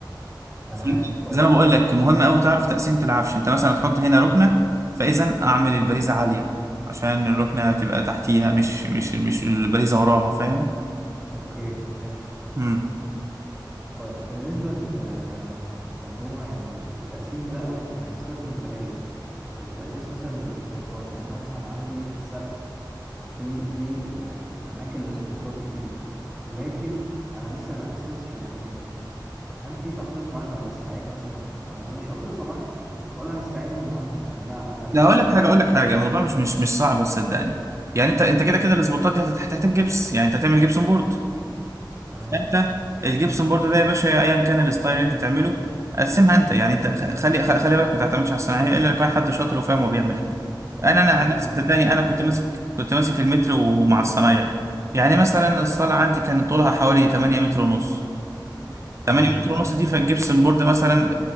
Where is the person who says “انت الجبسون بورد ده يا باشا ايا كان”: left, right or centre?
Right